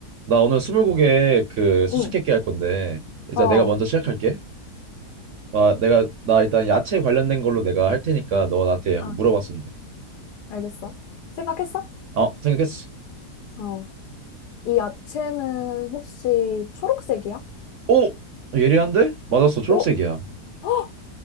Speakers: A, on the right; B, on the left.
A: 나 오늘 스물고개 그 수수께끼
B: 응,
A: 할 건데 이제
B: 어, 어?
A: 내가 먼저 시작할게. 아, 내가 나 일단 야채 관련된 걸로 내가 할 테니까 너 나한테 약간
B: 아,
A: 물어봤으면 돼.
B: 알겠어. 생각했어?
A: 어, 생각했어.
B: 어. 이 야채는 혹시 초록색이야?
A: 오, 아, 예리한데? 맞았어. 초록색이야.
B: 어? 헉!